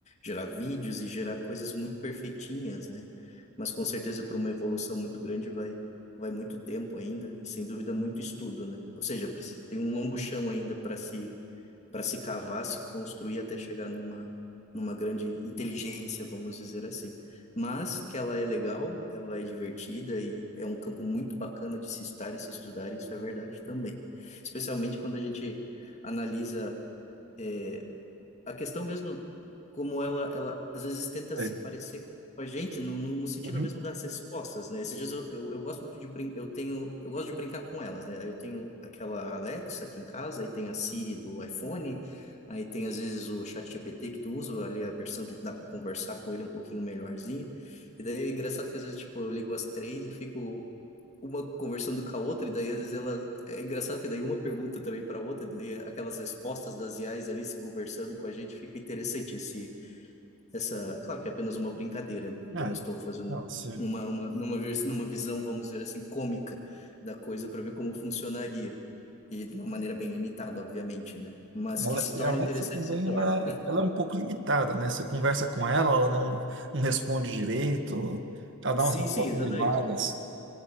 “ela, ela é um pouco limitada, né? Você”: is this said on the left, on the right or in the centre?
Right